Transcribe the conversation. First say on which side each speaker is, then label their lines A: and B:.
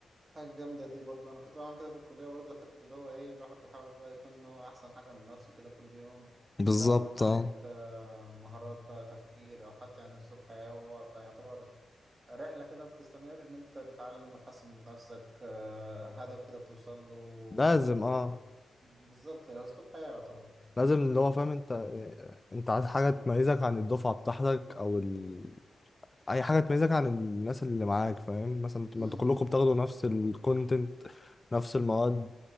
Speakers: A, on the right; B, on the left.
A: حاجه جامده دي برضو انا كنت بعمل كده في الكليه برضو حته اللي هو ايه الواحد بيحاول بقى يكون إن هو احسن حاجه من نفسه كده كل يوم
B: بالظبط
A: سواء بقى من ناحيه
B: اه
A: آه، مهارات بقى تفكير او حتى يعني اسلوب حياه هو يعتبر رحلة كده بتستمر إن أنت تتعلم وتحسن من نفسك آه، هدف كده بتوصل له و...
B: لازم اه
A: و... بالظبط هي أسلوب حياة يعتبر
B: لازم اللي هو فاهم انت انت عايز حاجة تميزك عن الدفعة بتاعتك او ال... اي حاجه تميزك عن الناس اللي معاك فاهم مثلا
A: مم،
B: ما انتوا كلكم
A: مم،
B: بتاخدوا نفس الكونتنت نفس المواد